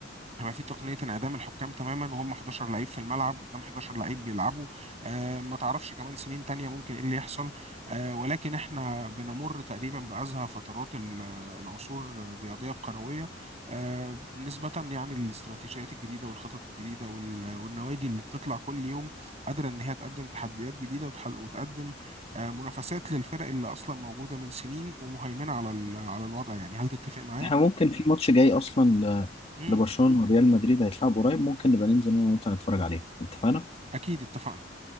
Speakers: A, on the right; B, on the left.
A: هيبقى في تقنية انعدام الحكام تماما وهم 11 لعيب في الملعب قدام 11 لعيب بيلعبوا آه ما تعرفش كمان سنين تانية ممكن ايه اللي يحصل آه ولكن احنا بنمر تقريبا بأزهى فترات ال- العصور الرياضية الكروية آه نسبة يعني للاستراتيجيات الجديدة والخطط الجديدة وال- والنوادي اللي بتطلع كل يوم قادرة ان هي تقدم تحديات جديدة وتح- وتقدم آه منافسات للفرق اللي اصلا موجودة من سنين ومهيمنة على ال- على الوضع يعني هل تتفق معايا؟
B: احنا ممكن في ماتش جاي اصلا ل-
A: مم.
B: لبرشلونة وريال مدريد هيتلعب قريب ممكن نبقى ننزل انا وانت نتفرج عليه اتفقنا؟
A: اكيد اتفقنا